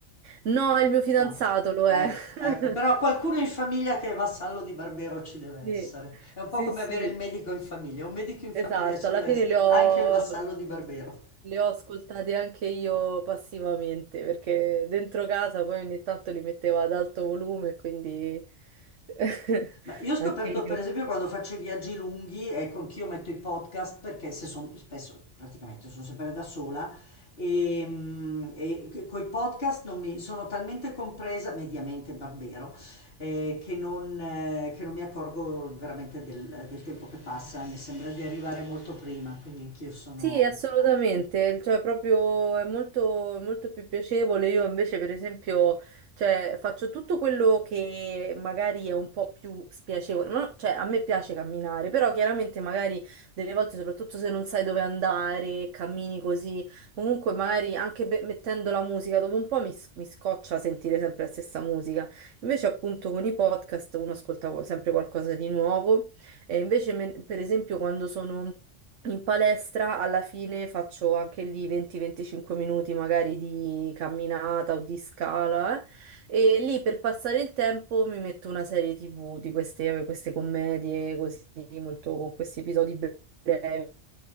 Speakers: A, on the right; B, on the left.
A: No, il mio fidanzato
B: No.
A: lo
B: Ecco,
A: è. <laughs>
B: ecco, però qualcuno in famiglia che è vassallo di Barbero ci deve essere.
A: Sì,
B: È un
A: sì,
B: po' come
A: sì,
B: avere il medico in famiglia. Un medico in famiglia
A: esatto.
B: ci
A: Alla
B: deve
A: fine
B: essere,
A: le ho.
B: anche il vassallo di Barbero.
A: Le ho ascoltate anche io passivamente perché dentro casa poi ogni tanto li metteva ad alto volume, quindi <laughs>
B: Ma io ho scoperto,
A: anche io.
B: per esempio, quando faccio i viaggi lunghi, ecco, anch'io metto i podcast perché se sono spesso, praticamente sono sempre da sola e, mm, e coi podcast non mi, sono talmente compresa, mediamente Barbero, eh, che non, eh, che non mi accorgo veramente del, del tempo che passa, mi sembra di arrivare molto prima, quindi anch'io sono,
A: Sì, assolutamente, cioè proprio è molto, molto più piacevole. Io invece, per esempio, cioè, faccio tutto quello che magari è un po' più spiacevole. No, cioè, a me piace camminare, però chiaramente magari delle volte, soprattutto se non sai dove andare, cammini così. Comunque, magari anche be- mettendo la musica, dopo un po' mi, s- mi scoccia sentire sempre la stessa musica. Invece, appunto, con i podcast uno ascolta sempre qualcosa di nuovo. E invece, me- per esempio, quando sono in palestra alla fine faccio anche lì 20-25 minuti magari di camminata o di scala eh. E lì per passare il tempo mi metto una serie TV di queste, queste commedie così molto con questi episodi brevi